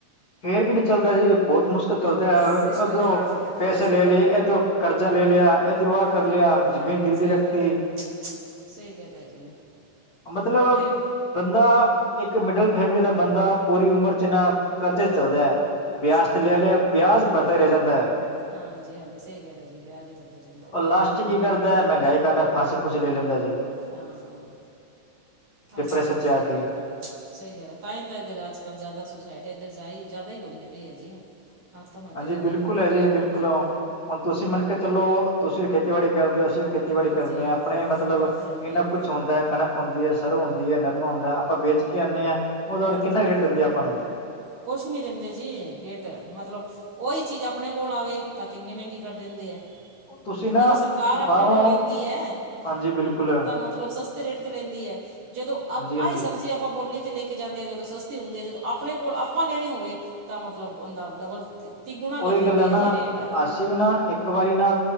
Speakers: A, on the left (about 45°); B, on the right (about 85°).
A: ਫੇਰ ਵੀ ਨੀ ਚੱਲਦਾ ਜੀ ਬੌਤ ਮੁਸ਼ਕ ਕ ਕਲਦੈ
B: ਸਿਸਟਮ
A: ਔਧਰੋਂ
B: ਖਰਾਬ ਹੋਇਆ ਪਿਆ
A: ਪੈਸੇ
B: ਜੀ ਸਾਰਾ
A: ਲੈ ਲੈਈਏ, ਏਧਰੋਂ ਕਰਜ਼ਾ ਲੈ ਲਿਆ, ਐਧਰੋਂ
B: ਹਾਂਜੀ
A: ਆ ਕਰ ਲਿਆ
B: ਹਾਂਜੀ
A: ਜ਼ਮੀਨ ਗਿਰਵੀ
B: ਸਹੀ
A: ਰੱਖਤੀ।
B: ਗੱਲ ਹੈ ਸਹੀ ਗੱਲ ਹੈ ਜੀ।
A: ਮਤਲਬ
B: ਅਤੇ
A: ਬੰਦਾ ਇੱਕ ਮਿਡਲ ਫੈਮਲੀ ਦਾ ਬੰਦਾ ਪੂਰੀ ਉਮਰ ਚ ਨਾਂ ਕਰਜ਼ੇ ਚ ਚੱਲਦੈ। ਬਿਆਜ
B: ਸਹੀ
A: ਤੇ ਲੈ ਲਿਆ ਬਿਆਜ ਭੜਦਾ ਹੀ ਰੈ ਜਾਂਦੈ।
B: ਹਾਂਜੀ-ਹਾਂਜੀ ਸਹੀ ਗੱਲ ਹੈ ਜੀ ਬਿਆਜ ਹੀ ਭਰਦਾ ਰਹਿੰਦਾ।
A: ਓਹ
B: ਤਾਂ
A: ਲਾਸਟ ਚ ਕੀ ਕਰਦੈ, ਮਹਿੰਗਾਈ ਕਾਰਣ ਫਾਂਸੀ-ਫੂਂਸੀ ਲੈ ਲੈਂਦਾ ਜੀ।
B: ਹਾਂ, ਆਈ
A: ਡਿਪਰੈਸ਼ਨ
B: ਆ ਜੀ
A: ਚ
B: ਸਹੀ
A: ਕੇ
B: ਬਾਤ ਆ। ਸਹੀ ਗੱਲ ਹੈ ਤਾਂ ਹੀ ਤਾਂ ਇੱਧਰ ਅੱਜ-ਕੱਲ੍ਹ ਜਿਆਦਾ ਸੁਸਾਇਡ ਏਧਰ ਜਿਆਦਾ ਹੀ ਹੂੰਦੀ ਪਈ ਐ ਜੀ। ਆਤਮ ਹੱਤਿਆ
A: ਹਾਂਜੀ
B: ਜਿਆਦਾ
A: ਬਿਲਕੁਲ
B: ਕਰਦੇ
A: ਹੈ
B: ਪਏ
A: ਜੀ
B: ਐ ਲੋਕੀ।
A: ਬਿਲਕੁਲ ਹੁਣ ਤੁਸੀਂ ਮੰਨ ਚਲੋ ਤੁਸੀਂ ਵੀ ਖੇਤੀਬਾੜੀ ਕਰਦੇ ਹੋ ਅਸੀਂ ਵੀ ਖੇਤ ਖੇਤੀਬਾੜੀ
B: ਹਾਂਜੀ
A: ਕਰਦੇ ਹਾ ਅਪਣੇ ਮਤਲਬ
B: ਹਾਂਜੀ ਹਾਂਜੀ
A: ਏਨਾ ਕੁਛ ਹੁੰਦਾ ਕਣਕ ਹੁੰਦੀ ਏ ਸਰੋਂ ਹੁੰਦੀ ਏ ਨਰਮਾ ਹੁੰਦੈ ਅਪਾਂ ਵੇਚ ਕੇ ਆਣੇ ਆਂ ਓਹਦਾ
B: ਹਾਂਜੀ
A: ਕਿੰਨਾ ਕੁ ਰੇਟ ਦਿੰਦੇ ਆ ਅਪਾਂ ਨੂੰ।
B: ਕੁਛ ਨੀ ਦਿੰਦੇ ਜੀ ਰੇਟ ਮਤਲਬ ਓਹੀ ਚੀਜ਼ ਅਪਣੇ ਕੋਲ ਆਵੇ ਤਾਂ ਕਿੰਨੀ ਮਹਿੰਗੀ ਕਰ ਦਿੰਦੇ ਐ।
A: ਤੁਸੀਂ ਨਾ
B: ਜਦੋਂ ਸਰਕਾਰ ਆਪਣੇ
A: ਬਾਹਰੋਂ
B: ਕੋਲ ਲੈਂਦੀ ਐ‌।
A: ਹਾਂਜੀ ਬਿਲਕੁਲ
B: ਤਾਂ ਮਤਲਬ ਸਸਤੇ ਰੇਟ ਤੇ ਲੇਂਦੀ ਐ ਜਦੋਂ
A: ਹਾਂਜੀ
B: ਅਪ
A: ਹਾਂਜੀ
B: ਆਈ ਸਬਜ਼ੀ ਅਪਾਂ ਬੋਲੀ ਤੇ ਲੈ ਕੇ ਜਾਂਦੇ ਆ ਅਗਰ ਜੋ ਸਸਤੀ ਹੁੰਦੀ ਏ ਜਦੋਂ ਅਪਣੇ ਕੋਲ ਆਪਾਂ ਲੈਣੀ ਹੋਵੇ ਤਾਂ ਮਤਲਬ ਔੰਦਾ ਡਬਲ ਤੀਗੁਣਾ ਕਰ
A: ਉਹੀ
B: ਦਿੰਦੀ
A: ਗੱਲ ਹੈ ਨਾ
B: ਐ ਜੀ ਰੇਟ।
A: ਅਸੀਂ ਵੀ ਨਾ ਇੱਕ ਵਾਰੀ ਨਾ